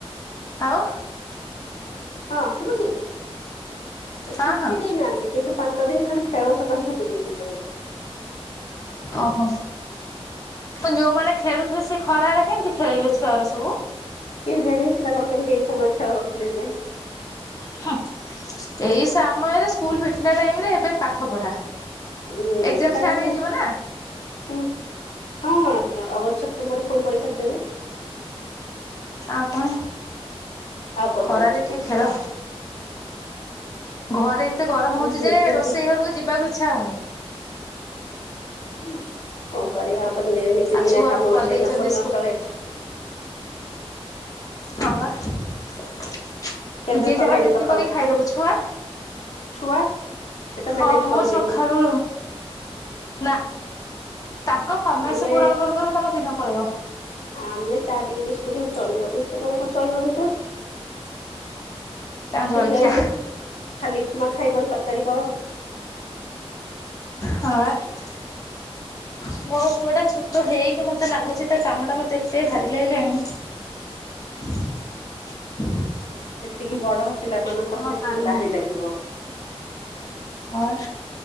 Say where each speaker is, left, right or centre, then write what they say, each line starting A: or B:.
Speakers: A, on the left; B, on the left.
A: ଆଉ।
B: ହଁ ଶୁଭୁଛି
A: ହଁ
B: ଛୁଟି
A: ହଁ
B: ଦେଇନାହାନ୍ତି କିନ୍ତୁ ପାଞ୍ଚ ଦିନ ଖାଲି ଖେଳ ସକାଶେ ଛୁଟି ଦେଇଦେଇଚନ୍ତି।
A: ଅହୋ। କଣ ଯୋଉମାନେ ଖେଳୁଥିବେ ସେ ଖରାରେ କେମିତି ଖେଳିବେ ଛୁଆଉରା ସବୁ।
B: କେଜାଣି ସେ ତାଙ୍କର କେମିତି ଏଇ ସମୟରେ ଖେଳ ରଖିଲେ ଯେ।
A: ହୁଁ ଏଇ ସମୟରେ ସ୍କୁଲ ଫିଟିଲା ଟାଇମ୍ ରେ ଏବେ ପାଠ ପଢା।
B: ଉଁ
A: ଏକ୍ଜାମ
B: ସାଙ୍ଗେ
A: ଷ୍ଟାର୍ଟ
B: ସାଙ୍ଗଉଁ
A: ହେଇଯିବ ନା
B: ହଁ ଅଗଷ୍ଟ ଟ ପରେ ପୁଣି ପରୀକ୍ଷା ଦେବେ।
A: ଆଉ କଣ
B: ଆଉ କଣ
A: ଖରାରେ
B: ଚାଲଚି
A: କିଏ
B: କୁଅ।
A: ଖେଳ ଘରେ ଏତେ ଗରମ ହଉଚି
B: ହଉଛି
A: ଯେ
B: ଆଜି।
A: ରୋଷେଇ ଘରକୁ ଯିବାକୁ ଇ ଛା ହଉନି।
B: ହୁଁ କଣ କରିବା ଆଉ। ତ ନେ ନିତିଦିନିଆ
A: ଆଉ ଛୁଆଙ୍କୁ
B: କାମ ରୋଷେଇ
A: କରିଦେଇଛନ୍ତି
B: ନ କଲେ ନ ଚଳେ।
A: ହଁପା। ଜିଏ
B: ଖିଆ ପିଆ ସରିଲାଣି
A: ଯାହା ଯେମିତି
B: ସକାଳୁ।
A: କରିିକି ଖାଇଦବୁ ଛୁଆ
B: ଛୁଆ ସେ ତ
A: ହଁ
B: ମ୍ୟାନେଜ
A: ମୁଁ
B: କରିବେନି
A: ସକାଳୁ ନା। ତାଙ୍କ ଫରମାଇସ
B: ଆମେ
A: ପୂରଣ କରୁ କରୁ ତମ ଦିନ ପଳେଇବ।
B: ଆମେ ଚା ଟିକେ ବିସ୍କୁଟୁ ଚଳିବ <unintelligible> ଚଳିବନି ପା।
A: ତାଙ୍କ
B: ସେଥିପାଇଁ
A: ଜଳଖିଆ
B: ସେ ଖାଲି ଉପ୍ମା ଖାଇବନି ତରକାରୀ କର।
A: ହଁପା ମୋ ପୁଅ ଟା ଛୋ ଟ ହେଇକି ମତେ ଲାଗୁଛି ତା କାମ ଟା ମତେ ଏତେ ଭାରି ଲାଗିଲାଣି। <inaudible>
B: ଯେତିକି ବଡ ପିଲା ମାନଙ୍କର
A: ଆଉ ମୁଁ
B: ସେତିକି
A: ଆଉ ପାରୁନି।
B: ବାହାରି ଲାଗିବ।
A: ହଁ